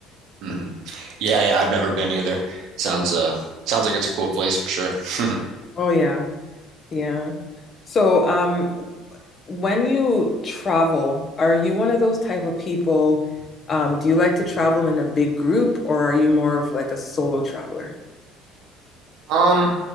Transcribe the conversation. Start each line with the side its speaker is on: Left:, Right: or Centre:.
Right: hmm Yeah, yeah, I've never been either. Sounds uh sounds like it's a cool place for sure. <laughs>
Left: Oh yeah. Yeah. So, um, when you travel, are you one of those type of people? Um, do you like to travel in a big group or are you more of like a solo traveler?
Right: Um,